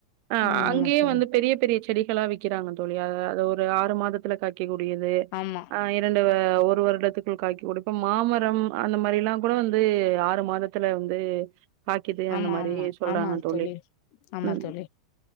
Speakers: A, on the right; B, on the left.
A: ஆ
B: ம்.
A: அங்கேயே
B: ஆமா தோழி.
A: வந்து பெரிய பெரிய செ செடிகளா விக்கிறாங்க தோழி அத அத ஒரு அது ஆறு மாதத்துல காய்க்கி எகுடியது
B: ஆமா.
A: ஆ இரண்டு ஒரு வருடத்துக் ஏ காய்க்கி உடு இப்ப மாமரம் அந்த மாரிலா கூட வந்து ஆறு மாதத்துல வந்து காய்க்கிது
B: ஆமா,
A: அந்த மாரி
B: ஆமா.
A: சொல்றாங்க
B: ஆமா
A: தோழி
B: ஆமா
A: ம்
B: தோழி.